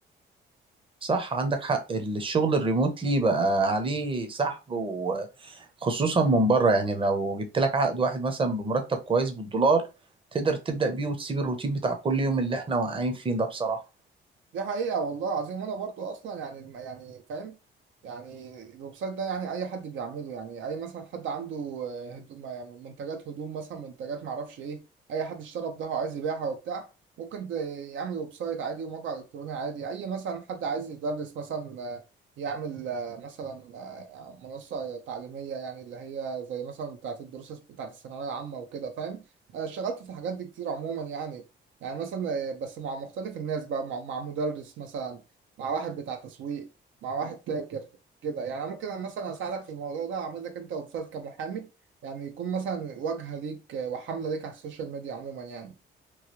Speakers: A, on the right; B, on the right.
A: صح عندك حق الشغل الريموتلي بقى عليه سحب وخصوصا من بره يعني لو جبت لك عقد واحد مثلا بمرتب كويس بالدولار تقدر تبدأ بيه وتسيب الروتين بتاع كل يوم اللي احنا واقعين فيه ده بصراحة
B: دي حقيقة والله العظيم وأنا برضو أصلا يعني الم- يعني فاهم يعني الويب سايت ده يعني أي حد بيعمله يعني أي مثلا حد عنده آه، هدوم يعني منتجات هدوم مثلا منتجات معرفش إيه أي حد اشترى بضاعة وعايز يبيعها وبتاع ممكن ت- يعمل ويب سايت عادي وموقع إلكتروني عادي أي مثلا حد عايز يدرس مثلا آه، يعمل آه، مثلا آه، منصة تعليمية يعني اللي هي زي مثلا بتاعة الدروس بتاعة الثانوية العامة وكده فاهم أنا اشتغلت في الحاجات دي كتير عموما يعني يعني مثلا آه، بس مع مختلف الناس بقى مع, مع مدرس مثلا مع واحد بتاع تسويق مع واحد تاجر كده يعني ممكن أنا مثلا اساعدك في الموضوع ده اعمل لك انت ويب سايت كمحامي يعني يكون مثلا واجهه ليك آه، وحمله ليك على السوشيال ميديا عموما يعني